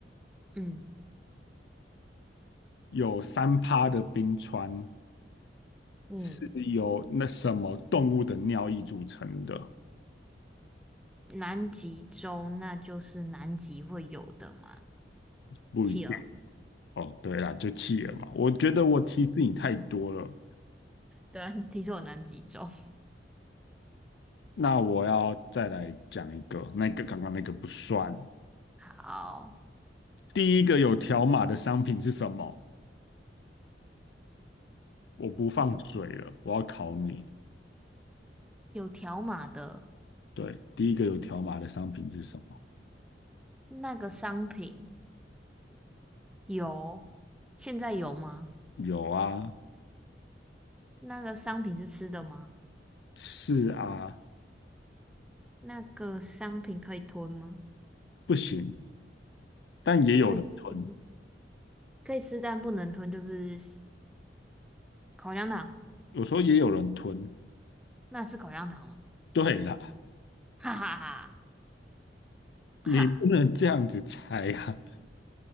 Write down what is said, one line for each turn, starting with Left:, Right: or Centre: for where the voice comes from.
Centre: 嗯。
Left: 有三趴的冰川
Centre: 嗯，
Left: 是由那什么动物的尿液组成的？
Centre: 南极洲那就是南极会有的嘛，
Left: 不一定
Centre: 企鹅。
Left: 哦。对啦，就企鹅嘛。我觉得我提示你太多了。
Centre: 对啊，<laughs> 听说有南极洲。
Left: 那我要再来讲一个，那个刚刚那个不算。
Centre: <laughs> 好，
Left: 第一个有条码的商品是什么？我不放水了，我要考你。
Centre: 有条码的
Left: 对，第一个有条码的商品是什么？
Centre: 那个商品有，现在有吗？
Left: 有啊，
Centre: 那个商品是吃的吗？
Left: 是啊，
Centre: 那个商品可以吞吗？
Left: 不行，但也有人吞。
Centre: 可以吃，可以吃，但不能吞，就是口香糖。
Left: 有时候也有人吞。
Centre: 那是口香糖吗？
Left: 对啦，
Centre: 哈哈哈
Left: 你不能这样子猜啊，
Centre: 哈！